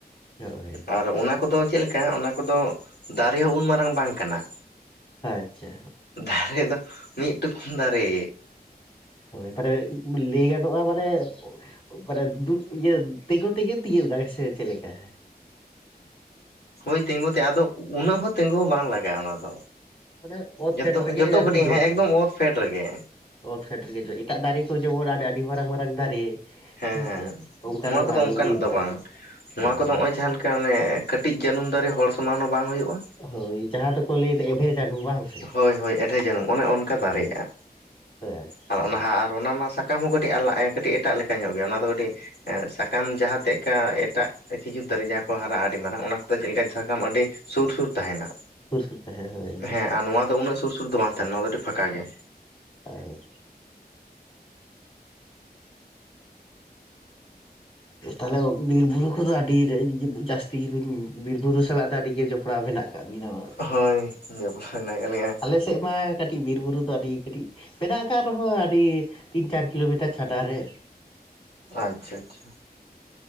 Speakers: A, on the left; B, on the left.
A: ᱦᱳᱭ
B: ᱟᱨ ᱚᱱᱟᱼᱼ ᱠᱚᱫᱚ ᱪᱮᱜ ᱞᱮᱠᱟ ᱚᱱᱟ ᱠᱚᱫᱚ ᱫᱟᱨᱮ ᱦᱚᱸ ᱩᱱ ᱢᱟᱨᱟᱝ ᱵᱟᱝ ᱠᱟᱱᱟ᱾
A: ᱟᱪᱪᱷᱟ᱾
B: ᱫᱟᱨᱮ ᱫᱚ ᱢᱤᱫ ᱴᱩᱠᱩᱱ ᱫᱟᱨᱮ᱾
A: ᱦᱳᱭ ᱛᱟᱦᱞᱮ ᱞᱟᱹᱭ ᱜᱟᱱᱚᱜᱼᱟ ᱢᱟᱱᱮ ᱢᱟᱱᱮ ᱫᱩᱲᱩᱜ ᱤᱭᱟᱹ ᱛᱮᱸᱜᱳ ᱛᱮᱜᱮ ᱛᱤᱭᱳᱜ ᱜᱟᱭ ᱥᱮ ᱪᱮᱜ ᱞᱮᱠᱟ?
B: ᱦᱳᱭ ᱛᱮᱸᱜᱳ ᱛᱮ ᱟᱫᱚ ᱩᱱᱟᱹᱜ ᱦᱚᱸ ᱛᱮᱸᱜᱳ ᱦᱚᱸ ᱵᱟᱝ ᱞᱟᱜᱟᱜᱼᱟ ᱚᱱᱟ ᱫᱚ᱾
A: ᱢᱟᱱᱮ ᱚᱛ
B: ᱡᱚᱛᱚ
A: ᱯᱷᱮᱰ ᱨᱮᱜᱮ
B: ᱡᱚᱛᱚ
A: ᱟᱨᱠᱤ
B: ᱠᱟᱹᱴᱤᱡ
A: ᱡᱚᱜᱼᱟ
B: ᱦᱮᱸ ᱮᱠᱫᱚᱢ ᱚᱛ ᱯᱷᱮᱸᱰ ᱨᱮᱜᱮ᱾
A: ᱚᱛ ᱯᱷᱮᱰ ᱨᱤᱜᱤ ᱡᱚ ᱮᱴᱟᱜ ᱫᱟᱨᱮ ᱠᱚ ᱡᱮᱢᱚᱱ ᱟᱰᱤ ᱢᱟᱨᱟᱝ ᱢᱟᱨᱟᱝ ᱫᱟᱨᱮ᱾
B: ᱦᱮᱸ
A: ᱦᱮᱸᱥᱮ
B: ᱦᱮᱸ
A: ᱚᱱᱠᱟ
B: ᱱᱚᱣᱟ
A: ᱫᱚ
B: ᱠᱚᱫᱚ
A: ᱵᱟᱝ
B: ᱚᱱᱠᱟᱱᱟᱜ
A: ᱵᱤᱨ ᱨᱮᱱᱟᱜ
B: ᱫᱚ ᱵᱟᱝ ᱱᱚᱣᱟ
A: ᱦᱳᱭ
B: ᱠᱚᱫᱚ ᱱᱚᱜ ᱚᱭ ᱡᱟᱦᱟᱸ ᱞᱮᱠᱟ ᱚᱱᱮ ᱠᱟᱹᱴᱤᱡ ᱡᱟᱹᱱᱩᱢ ᱫᱟᱨᱮ ᱦᱚᱲ ᱥᱚᱢᱟᱱ ᱦᱚᱸ ᱵᱟᱝ ᱦᱩᱭᱩᱜ-ᱟ᱾
A: ᱦᱳᱭ ᱡᱟᱦᱟᱸ ᱫᱚᱠᱚ ᱞᱟᱹᱭᱫᱟ ᱮᱵᱷᱮ ᱡᱟᱱᱩᱢ ᱵᱟᱝ ᱥᱮ?
B: ᱦᱳᱭ ᱦᱳᱭ ᱮᱰᱷᱮ ᱡᱟᱹᱱᱩᱢ ᱚᱱᱮ ᱚᱱᱠᱟ ᱫᱟᱨᱮᱜᱼᱟ
A: ᱦᱮ ᱦᱳᱭ ᱟᱪᱪᱷᱟ᱾
B: ᱟᱨ ᱚᱱᱟ ᱟᱨ ᱚᱱᱟ ᱢᱟ ᱥᱟᱠᱟᱢ ᱦᱚᱸ ᱠᱟᱹᱴᱤᱡ ᱟᱞᱟ ᱮᱸ ᱠᱟᱹᱴᱤᱡ ᱮᱴᱟᱜ ᱞᱮᱠᱟ ᱧᱚᱜ ᱜᱮᱭᱟ ᱚᱱᱟ ᱫᱚ ᱠᱟᱹᱴᱤᱡ ᱥᱟᱠᱟᱢ ᱡᱟᱦᱟᱸ ᱛᱮᱫ ᱠᱟ ᱮᱴᱟᱜ ᱠᱷᱤᱡᱩᱨ ᱫᱟᱨᱮ ᱡᱟᱦᱟᱸ ᱠᱚ ᱦᱟᱨᱟᱜ-ᱟ ᱟᱹᱰᱤ ᱢᱟᱨᱟᱝ ᱚᱱᱟ ᱠᱚᱫᱚ ᱪᱮᱫᱞᱮᱠᱟ ᱥᱟᱠᱟᱢ ᱟᱹᱰᱤ ᱥᱩᱨ ᱥᱩᱨ ᱛᱟᱦᱮᱱᱟ
A: ᱥᱩᱨ ᱛᱟᱦᱮᱸ ᱦᱳᱭ
B: ᱦᱮᱸ ᱟᱨ ᱱᱚᱣᱟ ᱫᱚ ᱩᱱᱟᱹᱜ ᱥᱩᱨ ᱥᱩᱨ ᱫᱚ ᱵᱟᱝ ᱛᱟᱦᱮᱱᱟ ᱱᱚᱣᱟ ᱫᱚ ᱟᱹᱰᱤ ᱯᱷᱟᱸᱠᱟ ᱜᱮ᱾
A: <inaudible> ᱛᱟᱦᱚᱞᱮ ᱵᱤᱨ ᱵᱩᱨᱩ ᱠᱚᱫᱚ ᱟᱹᱰᱤ ᱡᱟᱹᱥᱛᱤ ᱜᱤᱵᱤᱱ ᱵᱤᱨ ᱵᱩᱨᱩ ᱥᱟᱞᱟᱜ ᱫᱚ ᱟᱹᱰᱤ ᱜᱮ ᱡᱚᱯᱲᱟᱣ ᱢᱮᱱᱟᱜ ᱠᱟᱜ ᱵᱤᱱᱟ ᱵᱟᱝ?
B: ᱦᱚᱭ ᱡᱚᱯᱲᱟᱣ ᱢᱟᱴᱮᱱᱟᱜᱠᱟᱜ ᱞᱤᱧᱟ᱾
A: ᱟᱞᱮ ᱥᱮᱪ ᱢᱟ ᱠᱟᱹᱴᱤᱡ ᱵᱤᱨ ᱵᱩᱨᱩ ᱫᱚ ᱟᱹᱰᱤ ᱠᱟᱹᱴᱤᱡ ᱢᱮᱱᱟᱜ ᱟᱠᱟᱫ ᱨᱮᱦᱚᱸ ᱟᱹᱰᱤ ᱛᱤᱱ ᱪᱟᱨ ᱠᱤᱞᱳᱢᱤᱴᱟᱨ ᱪᱷᱟᱰᱟ ᱨᱮ᱾ <inaudible>
B: ᱟᱪᱪᱷᱟ ᱟᱪᱪᱷᱟ᱾